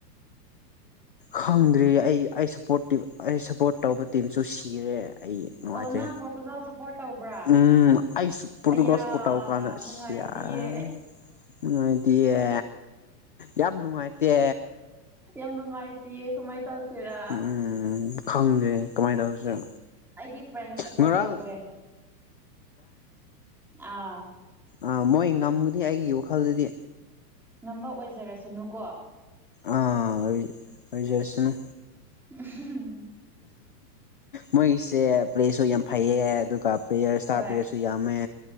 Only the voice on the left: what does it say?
ꯈꯪꯗ꯭ꯔꯤ ꯑꯩ ꯑꯩ ꯁꯄꯣꯔꯠ ꯑꯩ ꯁꯞꯄꯣꯔꯠ ꯇꯧꯕ ꯇꯤꯝꯁꯨ ꯁꯤꯔꯦ ꯑꯩ ꯅꯨꯡꯉꯥꯏꯇꯦ
ꯎꯝ ꯑꯩ ꯄꯣꯔꯇꯨꯒꯁ
ꯄꯇꯥꯎ ꯀꯥꯟꯗ
ꯌꯥꯃ ꯅꯨꯡꯉꯥꯏꯗꯤꯌꯦ ꯌꯥꯝ ꯅꯨꯡꯉꯥꯏꯇꯦ
ꯎꯝ ꯈꯪꯗꯦ ꯀꯃꯥꯏꯅ ꯇꯧꯁꯤꯔ
ꯉꯔꯥꯡ
ꯑꯥ ꯃꯣꯏ ꯉꯝꯒꯅꯤ ꯑꯩꯒꯤ ꯋꯥꯈꯜꯗꯗꯤ
ꯑꯥ ꯑꯣꯏꯖꯁꯅ
ꯃꯣꯏꯒꯤꯁꯦ ꯄ꯭ꯂꯦꯖꯁꯨ ꯌꯥꯝ ꯐꯩꯌꯦ ꯑꯗꯨꯒ ꯄ꯭ꯂꯦꯌꯔ ꯏꯁꯇꯥꯔ
ꯄ꯭ꯂꯦꯌꯔꯁꯨ ꯌꯥꯝꯃꯦ